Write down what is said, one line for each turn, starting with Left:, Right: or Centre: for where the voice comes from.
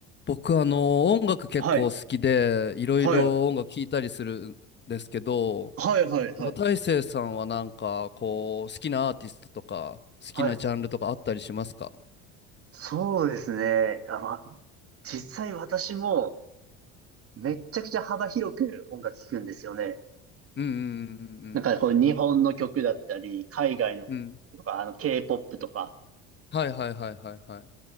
Left: 僕、あの、音楽結構好きで、
Right: はい。
Left: いろいろ音楽聴いたりするんですけど、
Right: はい。はい、はい、はい。
Left: なんか大成さんはなんか、こう、好きなアーティストとか、好きなジャンルとかあったりしますか
Right: はい。そうですね。あ、まあ、実際私もめっちゃくちゃ幅広く音楽聴くんですよね。
Left: うんうん
Right: なんかこう日本の曲だったり、海外の曲とか、
Left: うんうんうんうん。うん
Right: あの K-POP とか、
Left: はいはいはいはいはい。